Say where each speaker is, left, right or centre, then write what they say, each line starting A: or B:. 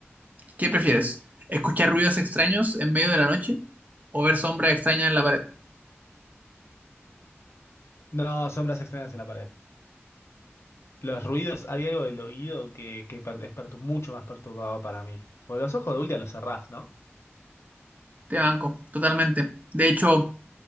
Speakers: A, on the right; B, on the left.
A: ¿Qué prefieres? ¿Escuchar ruidos extraños en medio de la noche o ver sombras extrañas en la pared?
B: No, sombras extrañas en la pared. Los ruidos, hay algo del oído que, que per- es pertu- mucho más perturbado para mí. Porque los ojos de última los cerrás, ¿no?
A: Te banco, totalmente. De hecho,